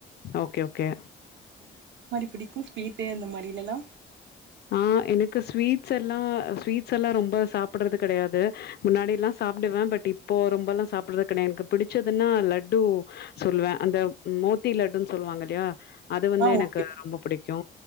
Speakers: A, on the left (about 55°); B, on the right (about 65°).
A: ஓகே ஓகே
B: பிடிக்கு ஸ்வீட்டே அந்த மாதிரிலேலா
A: அ எனக்கு ஸ்வீட்ஸெல்லா ஸ்வீட்ஸெல்லா ரொம்ப சாப்படறது கடையாது முன்னாடில்லா சாப்டுவே பட் இப்போ ரொம்பல்லா சாப்பிறது கடையாது எனக்கு பிடிச்சதுன்னா லட்டு சொல்லுவே அந்த மோத்தி லட்டுன்னு சொல்லுவாங்க இல்லையா அது வந்து
B: ஆ
A: எனக்கு
B: ஓகே
A: ரொம்ப புடிக்கு